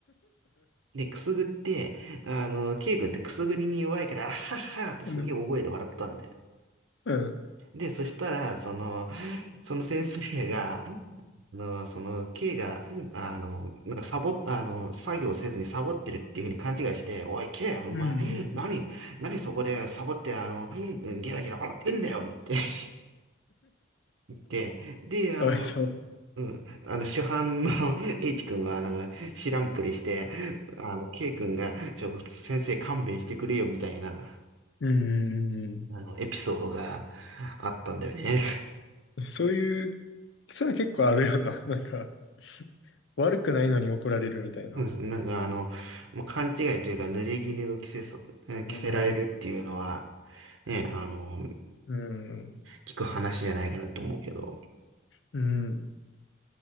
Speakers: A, on the right (about 75°); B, on the left (about 60°).
A: で、くすぐって、あの、K 君ってくすぐりに弱いから、あはっはってすげえ大声で笑ったんだよ。
B: うん。う
A: で、そしたら、その、その先生が、あの、その、K が、あの、なんかサボ、あの、作業せずにサボってるっていうふうに勘違いして、おい、K、お前、
B: んうん。
A: 何、何そこでサボって、あの、ゲラゲラ笑ってんだよって <laughs> 言って、で、あの、
B: かわいそう。
A: うん、あの、主犯の <laughs> H 君は、なんか、知らんぷりして、あの、K 君が、ちょ、先生勘弁してくれよみたいな、
B: うんうん
A: あの、エピソードがあったんだよね。
B: うん。そういう、そういうの結構あるよな。なんか、悪くないのに怒られるみたいな。
A: そうですなんかあの、もう勘違いというか、濡れ衣を着せそ、え着せられるっていうのは、
B: うん
A: ね、あの、
B: うん。
A: 聞く話じゃないかなと思うけど、
B: うん。